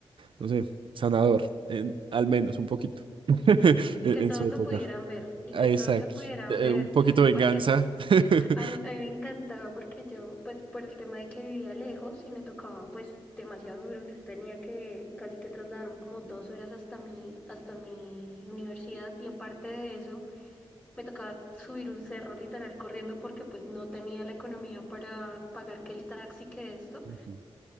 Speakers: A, on the right (about 65°); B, on the left (about 15°).
A: no sé, sanador, en- al menos un poquito, <laughs>
B: Y
A: en,
B: que todos
A: en su época.
B: lo pudieran ver, y
A: Ah,
B: que
A: Exacto.
B: todos lo pudieran
A: Eh,
B: ver,
A: Un poquito de
B: porque
A: venganza. <laughs>
B: a mí, a mí me encantaba, porque yo, pues por el tema de que vivía lejos y me tocaba pues demasiado duro, yo tenía que casi que trasladarme como dos horas hasta mi, hasta mi universidad, y aparte de eso, Me tocaba subir un cerro literal corriendo porque pues no tenía la economía para pagar que el taxi, que esto.
A: Ujú.